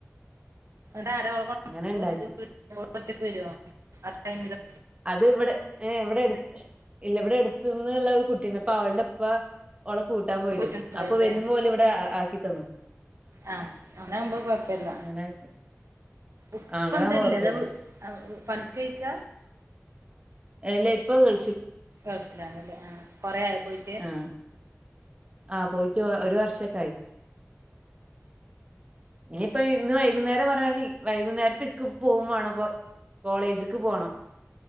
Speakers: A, on the right; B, on the right.
A: എന്നിട്ടാര <unintelligible>
B: അങ്ങനെ ഉണ്ടാക്കി
A: ഒറ്റക്ക് വര്വൊ ആ ടൈമില്
B: അത്വിടെ ഏ വിടെ എടു ഇല്ല ഇവിടെ എടുത്തുന്ന്ള്ള ഒരു കുട്ടീണ്ട് അവളുടെ പ്പ ഓളെ കൂട്ടാൻ പോയിതു
A: പോയിട്ടുണ്ടാവുല്ലേ
B: അപ്പൊ വരുമ്പോലിവിടെ ആ ആക്കി തന്നു
A: ആഹ് അങ്ങ്നാമ്പോ കൊഴപ്പില്ല
B: അങ്ങനെ ആക്കി
A: ഉപ്പന്തല്ലെതാ
B: ആഹ് അങ്ങനാവുമ്പോ കൊഴപ്പില്ല
A: വ് പണിക്ക്ക്ക
B: എലെ പ്പ ഗൾ
A: ഗെൾഫിലാണല്ലേ ആഹ് കൊറെയായോ പോയിറ്റ്
B: ആഹ് ആഹ് പോയിറ്റ് ഒരു വർഷൊക്കെ ആയി ഇനിപ്പ ഇന്ന് വൈകുന്നേരം പറ <unintelligible> മതി വൈകുന്നേര് ത്തിക്ക് പോവുവേണം പൊർ കോളേജ്ക്ക് പോണം